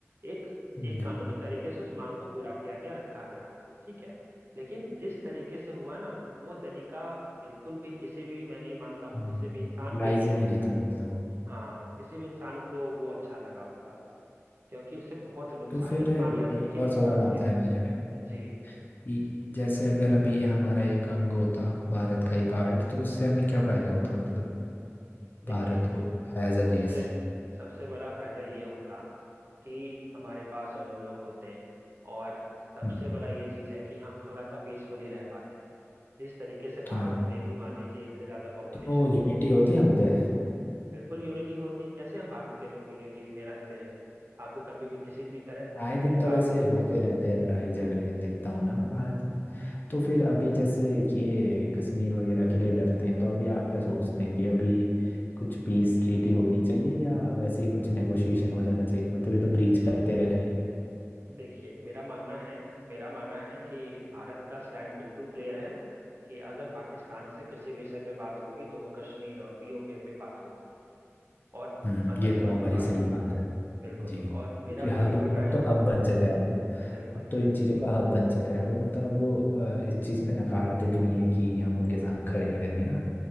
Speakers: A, on the right (about 55°); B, on the left (about 40°).
A: एक एक
B: जी
A: कानूनी तरीके से उस मांग को पूरा किया गया रखा गया ठीक है लेकिन जिस तरीके से हुआ ना वो तरीका बिल्कुल भी किसी भी मैं नहीं मानता हूँ
B: हम्म
A: किसी भी इंसान के
B: लाइजे
A: लिए
B: में
A: वो
B: नहीं था मतलब वो
A: हाँ किसी भी इंसान को वो अच्छा लगा होगा क्योंकि उससे बहुत नुकसान
B: तो फिर
A: इंसानियत
B: एक
A: की
B: और
A: नुकसान
B: सवाल
A: हुई
B: आता है मेरे में
A: जी
B: कि जैसे अगर अभी ये हमारा एक अंग होता भारत का ही पार्ट तो उससे हमें क्या फायदा होता मतलब
A: देखिए
B: भारत को एज अ
A: सबसे
B: देश
A: सबसे बड़ा फायदा ये होता कि हमारे पास और लोग होते हैं और सबसे
B: हम्म
A: बड़ा ये चीज है कि हम थोड़ा सा पीसफुली रह पाते जिस तरीके से
B: हाँ
A: भारत में भी मान लीजिए इतने ज्यादा पॉपुलेशन
B: तो यूनिटी
A: है
B: होती हम पे
A: बिल्कुल यूनिटी होती कैसे हम भारत के लोग यूनिटी में रहते हैं आपको कभी भी किसी भी तरह
B: आए
A: तरह
B: दिन तो
A: का
B: वैसे होते रहते हैं लड़ाई झगड़े देखता हूँ ना मैं भारत में तो फिर अभी जैसे कि ये कश्मीर वगैरह के लिए लड़ते हैं तो अभी आप क्या सोचते हैं कि अभी कुछ पीस ट्रीटी होनी चाहिए या वैसे ही कुछ नेगोशिएशन हो जाना चाहिए मतलब ये तो ब्रीच करते रह रहे हैं
A: देखिए मेरा मानना है मेरा मानना है कि भारत का स्टैंड बिल्कुल क्लियर है कि अगर पाकिस्तान से किसी विषय पे बात होगी तो वो कश्मीर और पीओके पे बात होगी और
B: हम्म
A: आतंकवाद
B: ये तो हमारी
A: पे बात
B: सही
A: होगी
B: बात है
A: बिल्कुल
B: जी क्योंकि
A: और मेरा भी
B: हब
A: यही मानना
B: अब
A: है
B: तो हब बन चुका है वो
A: बिल्कुल
B: अब तो इन चीज़ों
A: म-
B: का हब बन चुका है वो मतलब वो अ, इस चीज़ पे नकारते भी नहीं है कि हम उनके साथ खड़े हैं करके ना